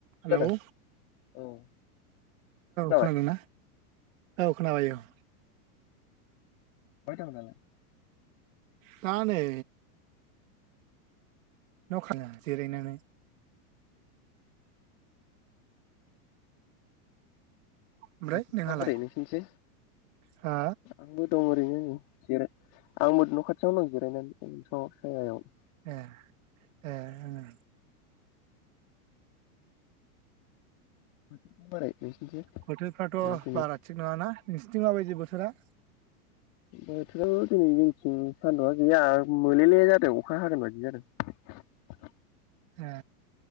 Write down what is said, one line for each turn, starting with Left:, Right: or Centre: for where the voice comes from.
Right: हेलौ
Left: खोनादों
Right: औ
Left: औ खोनाबाय
Right: खोनादोंना? औ खोनाबाय औ उ
Left: आसाम दं दालाय?
Right: दा नै न खाना जिरायनानै ओमफ्राय
Left: बोथोरफ्रा
Right: नोंहालाय
Left: बोरै नोंसिनिथिं?
Right: हा
Left: आंबो दं ओरैनो उ जिराय आंबो नखाथियावनो दं जिरायनानै ।
Right: ए ए उ ।
Left: बोथोरफ्रा बोरै नोंसिनिथिं
Right: बोथोरफ्राथ
Left: ओ दिनै
Right: बारा थिग नङाना? नोंसोरथिं माबायदि बोथोरा?
Left: बोथोरा <inaudible> दिनै जोंथिं सानदुंआ गैया मोलेले जादों अखा हागोन बायदि जादों ।
Right: ए